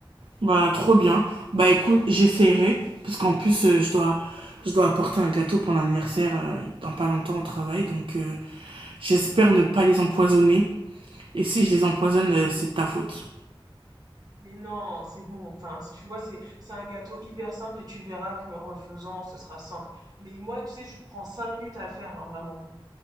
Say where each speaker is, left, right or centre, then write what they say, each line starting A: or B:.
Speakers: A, on the right; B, on the right.
A: Bah, trop bien. Bah, écoute, j'essaierai. Parce qu'en plus, euh, je dois, je dois apporter un gâteau pour l'anniversaire euh, dans pas longtemps au travail. Donc, euh, j'espère ne pas les empoisonner. Et si je les empoisonne, euh, c'est de ta faute.
B: Mais non, c'est bon. Enfin, c- tu vois, c'est c'est un gâteau hyper simple et tu verras que en le faisant, ce sera simple. Mais moi, tu sais, je prends cinq minutes à le faire, hein, vraiment.